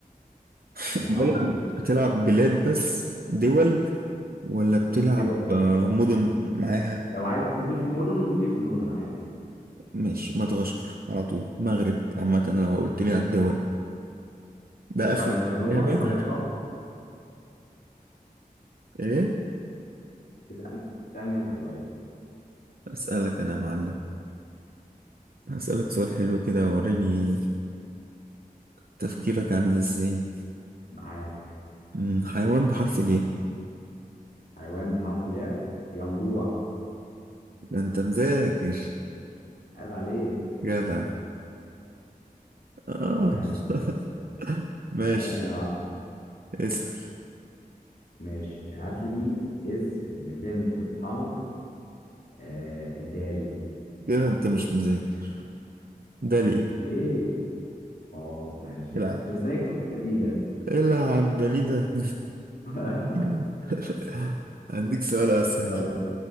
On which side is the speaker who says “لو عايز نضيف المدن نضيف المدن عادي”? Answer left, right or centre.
Left